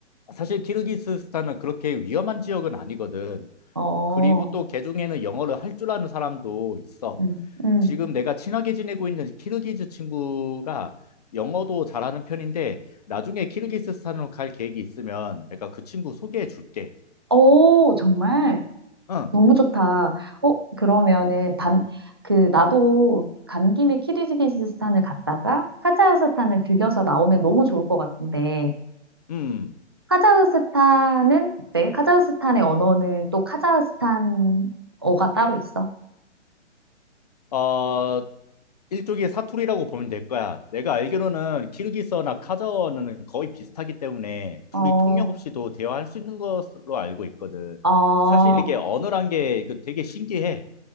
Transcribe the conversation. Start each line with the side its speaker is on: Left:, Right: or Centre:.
Left: 사실 키르기스스탄은 그렇게 위험한 지역은 아니거든.
Right: 어,
Left: 그리고 또 개중에는 영어를 할 줄 아는 사람도 있어.
Right: 음. 음.
Left: 지금 내가 친하게 지내고 있는 키르기즈 친구가 영어도 잘하는 편인데 나중에 키르기스스탄으로 갈 계획이 있으면 내가 그 친구 소개해 줄게.
Right: 오, 정말?
Left: 응,
Right: 너무 좋다. 어, 그러면은 반, 그, 나도 간 김에 키르기즈스탄을 갔다가 카자흐스탄을 들려서 나오면 너무 좋을 것 같은데,
Left: 음.
Right: 카자흐스탄은 어때? 카자흐스탄의 언어는 또 카자흐스탄어가 따로 있어?
Left: 어, 일종의 사투리라고 보면 될 거야. 내가 알기로는 키르기스어나 카자흐어는 거의 비슷하기 때문에 둘이
Right: 어,
Left: 통역 없이도 대화할 수 있는 것으로 알고 있거든.
Right: 어,
Left: 사실 이게 언어란 게 그 되게 신기해.